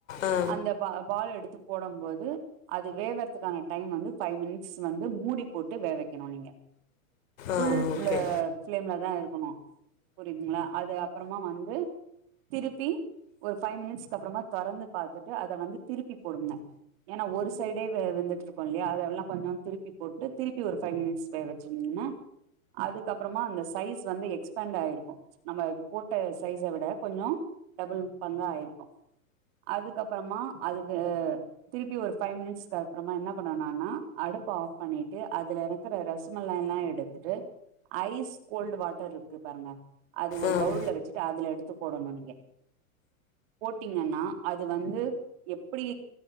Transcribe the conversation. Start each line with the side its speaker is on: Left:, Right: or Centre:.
Left: ஆ
Right: அந்த ப பால் எடுத் து போடம் போது அது வேவறதுக்கான டைம் வந்து ஃபை மினிட்ஸ் வந்து மூடி போட்டு வேவெக்கணு நீங்க ஃபுல்
Left: ஆ ஓகே
Right: லு ஃப்லம்ல தா இருக்கணு புரியதுங்ளா அது அப்பறமா வந்து திருப்பி ஒரு ஃபைமினிட்ஸ் கப்றமா தொறந்து பாத்துட்டு அத வந்து திருப்பி போடுங்க எனா ஒரு சைடே வெ வெந்துட்ருக்கூல்லிய அதெல்லா கொஞ்சொ திருப்பி போட்டு திருப்பி ஒரு ஃபை மினிட்ஸ் வெ வெச்சிருங்க ன அதுக்கப்பறமா அந்த சைஸ் வந்து எக்ஸ்பேண்ட் ஆயிருக்கு நம்ம போட்ட சைஸ விட கொஞ்சோ டபுள் பங்கா ஆயிருக்கு அதுக்கப்பறமா அதுக்கு திருப்பி ஒரு ஃபை மினிட்ஸக் அப்றமா என்ன பண்ணனோனா அ அடுப்பு ஆஃப் பண்ணிட்டு அது இருக்குற ரசமலாய்லா எடுத்துட்டு ஐஸ் கோல்டு வாட்டர் ருக்கு பாருங்க அது ஒரு
Left: ஆ
Right: பவுல்ல வெச்சுட்டு அதுல எடுத் த்து போடனு நீங்க போட்டீங்கன்னா அது வந்து எப்புடி